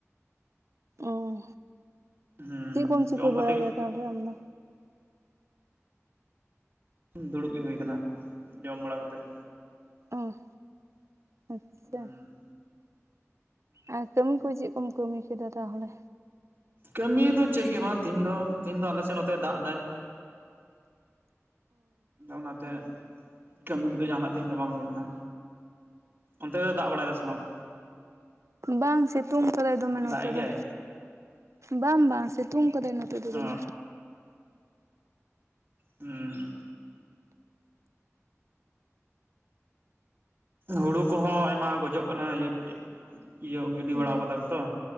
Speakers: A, on the right (about 65°); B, on the right (about 35°).
A: ᱚᱸ
B: ᱦᱩᱸ
A: ᱪᱮᱜ ᱠᱚᱢ ᱪᱤᱠᱟᱹ
B: ᱡᱚᱢ ᱠᱟᱛᱮ
A: ᱵᱟᱲᱟᱭᱮᱫᱟ ᱛᱟᱦᱞᱮ ᱟᱢᱫᱚ?
B: ᱫᱩᱲᱩᱵ ᱜᱮ ᱦᱩᱭ ᱠᱟᱱᱟ ᱡᱚᱢ ᱵᱟᱲᱟ ᱠᱟᱛᱮᱫ᱾
A: ᱚ ᱟᱪᱪᱷᱟ
B: ᱦᱩᱸ
A: ᱟᱨ ᱠᱟᱹᱢᱤ ᱠᱚ ᱪᱮᱜ ᱠᱚᱢ ᱠᱟᱹᱢᱤ ᱠᱮᱫᱟ ᱛᱟᱦᱞᱮ?
B: ᱠᱟᱹᱢᱤ ᱫᱚ ᱪᱮᱜ ᱜᱮ ᱵᱟᱝ ᱛᱮᱦᱮᱧ ᱫᱚ ᱛᱮᱦᱤᱧ ᱫᱚ ᱟᱞᱮᱥᱮᱜ ᱱᱚᱛᱮ ᱫᱟᱜᱽ ᱫᱟᱭ᱾ ᱟᱫᱚ ᱚᱱᱟᱛᱮ ᱠᱟᱹᱢᱤ ᱠᱚᱫᱚ ᱡᱟᱦᱟᱱᱟᱜ ᱛᱮᱦᱤᱧ ᱫᱚ ᱵᱟᱝ ᱦᱩᱭ ᱞᱮᱱᱟ᱾ ᱚᱱᱛᱮ ᱫᱚ ᱫᱟᱜ ᱵᱟᱲᱟᱭᱫᱟ ᱥᱮ ᱵᱟᱝ?
A: ᱵᱟᱝ ᱥᱤᱛᱩᱝ ᱠᱟᱫᱟᱭ ᱫᱚᱢᱮ ᱱᱚᱛᱮ
B: ᱫᱟᱜ ᱮᱜ
A: ᱫᱚ
B: ᱜᱮᱭᱟᱭ
A: ᱵᱟᱝ ᱵᱟᱝ ᱥᱤᱛᱩ ᱛᱩᱝ ᱠᱟᱫᱟᱭ ᱱᱚᱛᱮ ᱫᱚ
B: ᱚ
A: ᱫᱚᱢᱮ
B: ᱦᱩᱸ ᱦᱩᱲᱩ ᱠᱚᱦᱚᱸ ᱟᱭᱢᱟ ᱜᱚᱡᱚᱜ ᱠᱟᱱᱟ ᱤᱭᱟᱹ ᱤᱭᱟᱹᱣ ᱜᱤᱰᱤ
A: ᱦᱩᱸ
B: ᱵᱟᱲᱟᱣᱟ ᱠᱟᱫᱟ ᱠᱚ ᱛᱚ